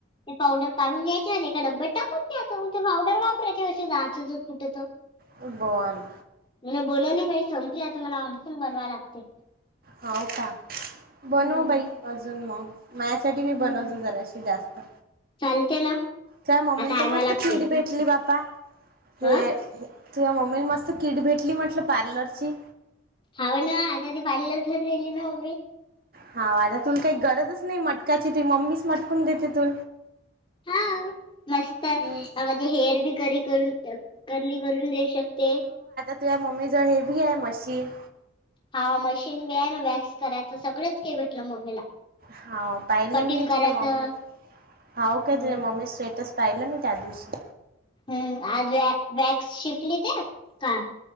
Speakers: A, on the left; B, on the right.
A: इ पाउडर काढून घ यायच्या ना एका डब्यात टाकून द्यायचं म्हजे पावडर वापरायचे अस जायं ज कुठं तर.
B: फुटबॉल.
A: मला बनवली बाइ संपली आता, मला आणखीन बनवायला लागते.
B: हो का,
A: हम्म
B: बनव बाई अजून मग. माझ्यासाठीबी
A: हम्म
B: बनव तू जरा अशी जास्त.
A: चालते ना
B: काय मम्मीला
A: आता
B: तर
A: आणावं
B: मस्त
A: लागते
B: पीठ भेट. ली बा्पा, हे
A: अ
B: तुझ्या मम्मीने मस्त किट भेटली म्हंटलं पार्लरची.
A: हाव ना आता ती पार्लर खाली राहिली ना उभी.
B: हा आता तुला काही गरजच नाही मटकाची, तुही मम्मीच मटकून घेते तू
A: हा मस्त य.
B: हम्म.
A: माझे हेअर बी करी करून, कर्ली करून देऊ शकते.
B: तुया मम्मीच बी आहे मशिन.
A: हा मशीन बी आहे ना, वॅक्स करायचं सगळंच काही भेटलं मम्मीला.
B: हा पाहिलं
A: कटिंग
B: मी तुझ्या
A: करायचं
B: मम्मी, हाव का
A: हम्म
B: तुझ्या मम्मी स्टेटस. पाहिलं मी त्या दिवशी.
A: हम्म आज व वॅक्स शिकली का? हा.